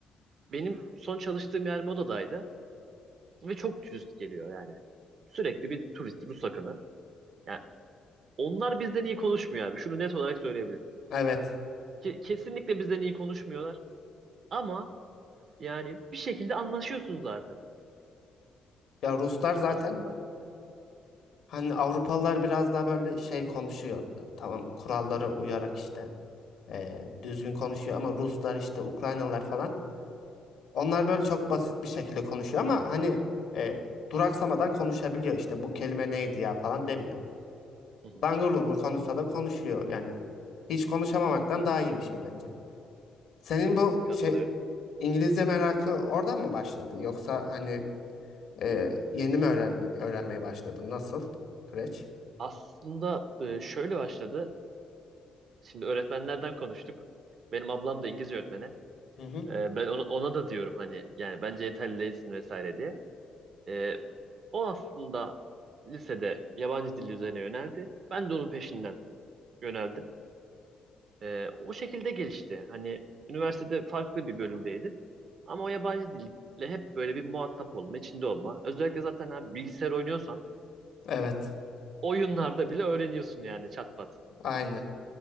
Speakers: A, on the right; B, on the left.
A: benim son çalıştığım yer modadaydı ve çok dürüst geliyor yani. Sürekli bir turist, Rus akını. Yani onlar bizden iyi konuşmuyor abi. Şunu net olarak söyleyebilirim.
B: Evet.
A: Ke- kesinlikle bizden iyi konuşmuyorlar. Ama yani bir şekilde anlaşıyorsun zaten
B: Ya Ruslar zaten
A: aslında.
B: hani Avrupalılar biraz daha böyle şey konuşuyor. Tamam kurallara uyarak işte e, düzgün konuşuyor ama Ruslar işte Ukraynalılar falan. Onlar böyle çok basit bir şekilde konuşuyor ama hani e, duraksamadan konuşabiliyor işte bu kelime neydi ya falan demiyor.
A: Hı hı.
B: Langur lungur konuşsa da konuşuyor yani. Hiç konuşamamaktan daha iyi bir şey bence. Senin bu
A: Katılıyorum.
B: şey İngilizce merakı oradan mı başladı? Yoksa hani Ee, yeni mi öğren öğrenmeye başladın? Nasıl süreç?
A: Aslında e, şöyle başladı. Şimdi öğretmenlerden konuştuk. Benim ablam da İngilizce öğretmeni.
B: Hı hı.
A: E, ben ona, ona da diyorum hani yani bence yeterli değilsin vesaire diye. E, o aslında lisede yabancı dil üzerine yöneldi. Ben de onun peşinden yöneldim. Ee, o şekilde gelişti. Hani üniversitede farklı bir bölümdeydim. Ama o yabancı dille hep böyle bir muhatap olma, içinde olma. Özellikle zaten abi bilgisayar oynuyorsan
B: Evet.
A: oyunlarda bile öğreniyorsun yani çat pat.
B: Aynı.